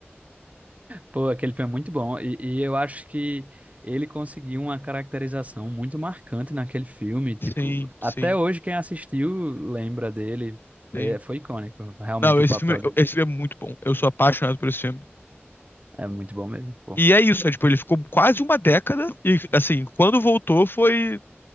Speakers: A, on the right; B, on the left.
A: Pô, aquele filme é muito bom. E, e eu acho que ele conseguiu uma caracterização muito marcante naquele filme. Tipo,
B: Sim, sim,
A: até hoje quem assistiu lembra dele.
B: sim.
A: É, foi icônico. Realmente
B: Não, esse
A: o papel
B: filme,
A: dele
B: esse filme é muito bom, eu sou apaixonado por esse filme.
A: é muito bom mesmo. Pô.
B: E é isso, é, tipo, ele ficou quase uma década e, assim, quando voltou foi